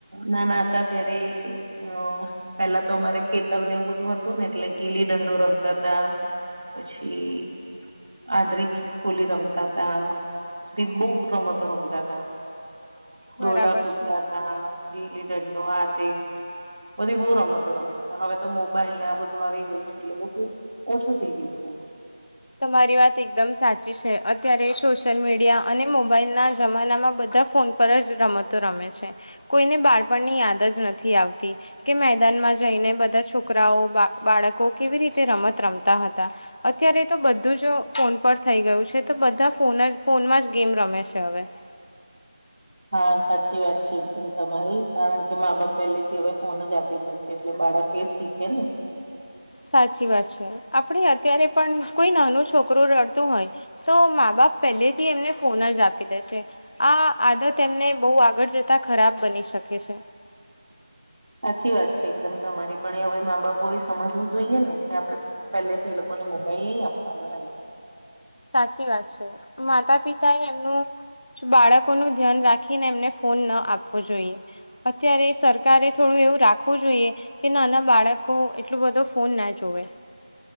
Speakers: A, on the right; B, on the left.
A: નાના હતા ત્યારે અઅ પેલા તો અમારે ખેતર ને એવું બધું હતું ને એટલે ગીલી દંડો રમતા હતા. પછી આંધળી ખીસકોલી રમતા હતા દી <inaudible> બહ રમતો રમતા <inaudible>
B: બરાબર
A: દોરડા કુટતા
B: છે.
A: હતા, ગેલી દંડો આ તે બધી બઉુ રમતો રમતા હતા હવે તો, મોબાઈલ ને આ બધું આવી ગયું છે, એટલે બ ઓછું થઈ ગયું. હ.
B: તમારી વાત એકદમ સાચી છે. અત્યારે સોશિયલ મીડિયા અને મોબાઈલ ના જમાનામાં બધા બધા ફોન પર જ રમતો રમે છે. કોઈને બાળપણની યાદ જ નથી આવતી કે મેદાન સ્કૂલમાં જઈને બધા છોકરાઓ, બાળકો કેવી રીતે રમત રમતા હતા. અત્યારે તો બધું જો ફોન પર થઈ ગયું છે. તો બધા ફોન જ, ફોનમાં જ ગેમ રમે છે હવે. <inaudible>
A: હા, સાચી વાત છે એકદમ તમારી, કારણ કે મા-બાપ પેલે થી હવે ફોન જ આપી દે છે એટલે બાળ ખાડા ટેસથી એમને?
B: સાચી વાત છે. આપણેે અત્યારે પણ કોઈ નાનું છોકરું રડતું હોય તો મા બાપ પહેલેથી એમને ફોન જ આપી દે છે આ આ આદત એમને બહુ આગળ જતા ખરાબ બની શકે છે.
A: સાચી વાત છે એકદમ તમારી. પણ એ હવે મા બાપો એ સમજવું જોઈએ ને, કે આપડે પહેલેથી એ લોકો ને મોબાઈલ નહી આપવાનો એમ.
B: સાચી વાત છે, માતાપિતા એ એમનું બાળકોનું ધ્યાન રાખીને એમને ફોન ન આપવો જોઈએ. અત્યારે સરકારે થોડું એવું રાખવું જોઈએ કે નાના બાળકો એટલો બધો ફોન ના જોવે.